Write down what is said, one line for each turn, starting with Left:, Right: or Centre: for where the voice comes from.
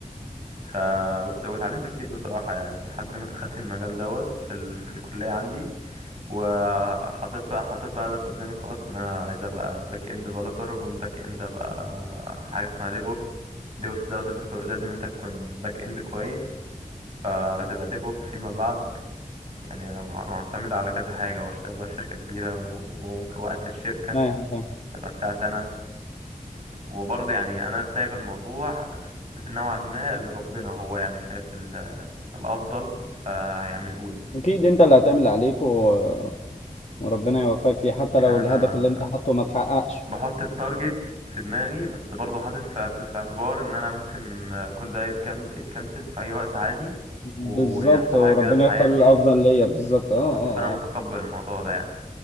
Right: ف وست- واتعلمت كتير بصراحة يعني لحد ما دخلت المجال دوت في ال... في الكلية عندي وحاطط بقى حاطط بقى هدف قدامي خلاص ان انا عايز ابقى باك اند ديفلوبر ومن باك اند ابقى في حاجة اسمها ديف اوبس ديف اوبس دوت انت كو- لازم انت تكون باك اند كويس فتبقى ديف اوب فيما بعد يعني مع- معتمد على كذا حاجة واشتغل بقى في شركة كبيرة و- وممكن واسس شركة
Left: فاهم فاهم
Right: تبقى بتاعتي انا وبرضه يعني انا سايب الموضوع في نوعا ما لربنا هو يعني شايف ال- الافضل فهيعمله لي
Left: اكيد انت اللي هتعمل اللي عليك و... وربنا يوفقك فيه حتى
Right: يعني
Left: لو الهدف
Right: انا ما
Left: اللي انت حاطه ما تحققش
Right: بحط التارجت في دماغي بس برضه حاطط في اعت- في اعتبار ان انا ممكن كل ده يتكن يتكنسل في اي وقت عادي
Left: بالظبط
Right: ويحصل حاجه
Left: وربنا
Right: جديده في حياتي
Left: يختار الافضل ليا بالظبط
Right: بالظبط
Left: اه اه
Right: فانا متقبل
Left: اه
Right: الموضوع ده يعني